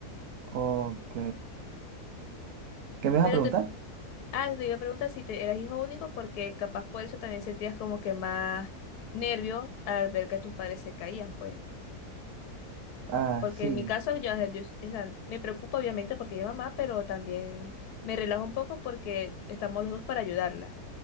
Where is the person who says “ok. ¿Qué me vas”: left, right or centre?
Right